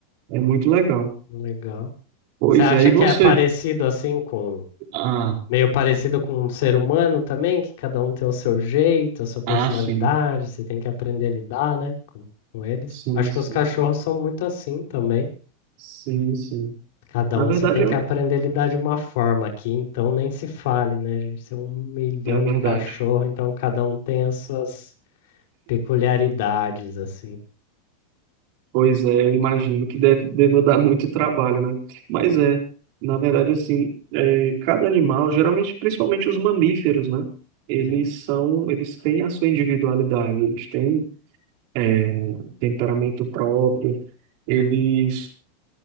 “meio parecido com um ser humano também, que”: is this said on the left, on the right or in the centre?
Left